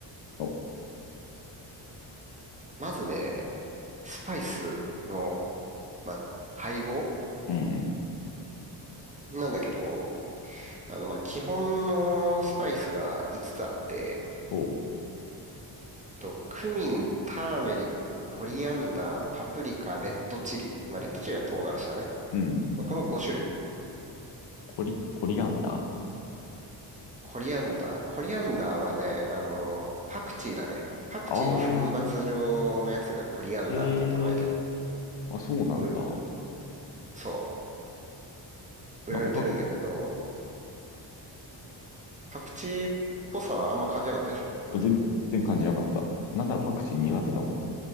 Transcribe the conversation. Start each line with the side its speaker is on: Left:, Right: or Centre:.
Left: お、
Right: まずね、スパイスの、まあ、配合
Left: うん。
Right: なんだけど、あの、まあ、基本のスパイスが5つつあって、
Left: おう。
Right: えっと、クミン、ターメリック、コリアンダー、パプリカ、レッドチリ。まあ、レッドチリは唐辛子だね。
Left: うん。
Right: まあ、この5種類。
Left: コリ、コリアンダ
Right: コリアンダー。コリアンダーはね、あのパクチーだね。パクチーの粉末状のやつがコリアンダーっていう名前で、
Left: ー。ああ、へえ、あ、そうなんだ。
Right: う、そう、
Left: なんかパ
Right: 売られてるんだけど、パクチーっぽさはあんま感じなかったでしょ。
Left: ク、全然感じなかった。なんならパクチー苦手だもん。